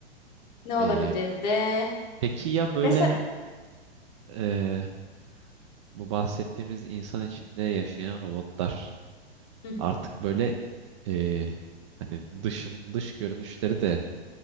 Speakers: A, on the left; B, on the right.
A: ne
B: Ee,
A: olabilirdi?
B: peki ya böyle
A: Mesela
B: e, bu bahsettiğimiz insan içinde yaşayan robotlar
A: Hı,
B: artık böyle e, hani dışın dış görünüşleri de